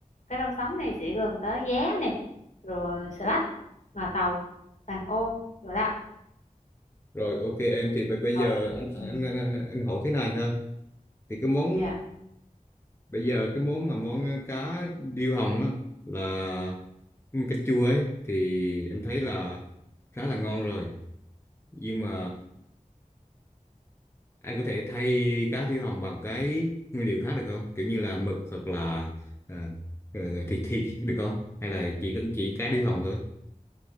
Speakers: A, on the left; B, on the left.
A: cái rau sống này sẽ gồm có giá này rồi xà lách ngò tàu vàng ô rồi đó
B: rồi ok em thì b- bây
A: rồi
B: giờ anh anh,
A: ừ.
B: anh, anh, anh hỏi thế này ha thì cái món
A: dạ.
B: Bây giờ cái món mà món ờ, cá điêu hồng á là canh chua ấy thì em thấy là khá là ngon rồi. Nhưng mà anh có thể thay cá điêu hồng bằng cái nguyên liệu khác được không? Kiểu như là mực hoặc là à, ờ, thịt thịt được không? Hay là chỉ cần chỉ cá điêu hồng thôi?